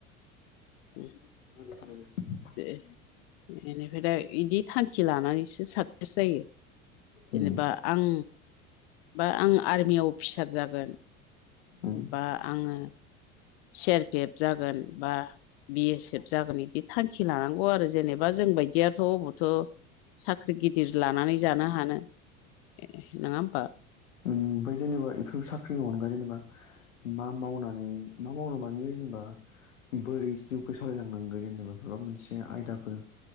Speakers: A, on the left; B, on the left.
A: ए
B: <inaudible>
A: दे बेनिफ्राय दा बिदि थांखि लानानैसो साक्सेस जायो।
B: उम
A: जेनेबा आं बा आं आर्मियाव अफिसार जागोन
B: उम
A: बा आङो सेरफेब जागोन बा बि एस एफ जागोन बिदि थांखि लानांगौ आरो जेनेबा जोंबायदियाथ' अबावथ' साख्रि गिदिर लानानै जानो हानो ए नङा होमबा
B: ओमफ्राय जेनेबा बेफोर साख्रिनि अनगायै जेनेबा मा मावनानै मा मावनो बानो जेनेबा बोरै जिउखौ सालायलांनांगौ जेनेबा माबा मोनसे आयदाफोर